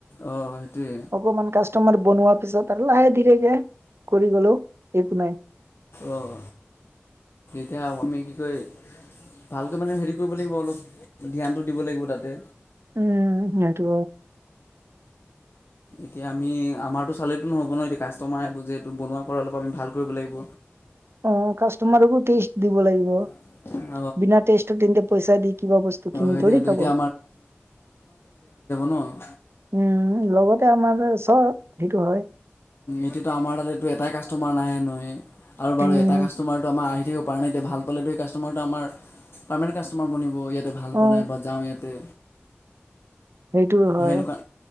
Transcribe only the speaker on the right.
অকমান কাষ্টমাৰ বনোৱাৰ পিছত আৰু লাহে ধীৰেকে কৰি গলো একো নাই।
উম, সেইটো
অ', কাষ্টমাৰকো <unintelligible> দিব লাগিব।
বিনা টেষ্টৰ তেন্তে পইচা দি কিবা বস্তুকিনি
থৰি খাব।
উম, লগতে আমাৰ চব সেইটো হয়।
উম
অ
সেইটোও হয়।